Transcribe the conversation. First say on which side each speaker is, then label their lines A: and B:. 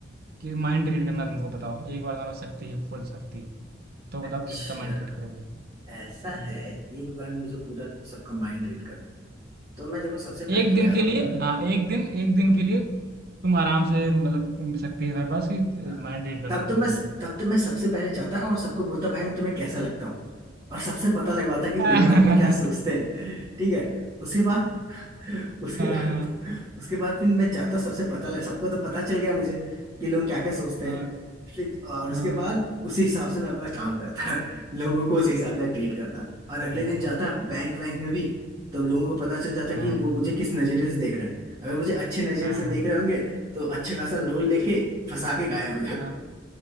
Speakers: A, on the right (about 55°); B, on the right (about 20°).
A: कि माइंड रीड करना है तुमको बताओ एक बार तुम्हारा शक्ति है फुल शक्ति तो बताओ
B: अच्छा
A: किसका माइंड रीड करोगे
B: ऐसा
A: हम्म।
B: है एक बार मुझे पूरा सबका माइंड रीड करना है तो मैं देखो सबसे
A: एक
B: पहले क्या
A: दिन के
B: करूंगा
A: लिए हाँ एक दिन एक दिन के लिए तुम आराम से मतलब तुम शक्ति है तुम्हारे पास कि
B: हाँ।
A: माइंड रीड कर
B: तब
A: सकते
B: तो मैं
A: हो तुम
B: तब तो मैं सबसे पहले जाता और सबको बोलता भाई मैं तुम्हें कैसा लगता हूँ और सबसे पता लगवाता कि मेरे
A: <laughs>
B: बारे
A: हाँ
B: में क्या सोचते हैं ठीक है उसके बाद उसके
A: हाँ
B: उसके बाद फिर मैं जाता सबसे पता लग सबको तो पता चल गया मुझे कि लोग क्या क्या सोचते
A: हाँ
B: हैं फिर और उसके
A: हाँ
B: बाद उसी हिसाब से मैं अपना काम करता लोगों को उसी हिसाब से ट्रीट करता और अगले
A: ओ,
B: दिन जाता बैंक वैंक में भी तो लोगों को पता चल जाता
A: हाँ
B: कि वो मुझे किस नजरिए से देख रहा है अगर मुझे अच्छे नजरिए
A: हाँ
B: से देख रहे होंगे तो अच्छा खासा लोन लेके फंसा के गायब हो
A: हाँ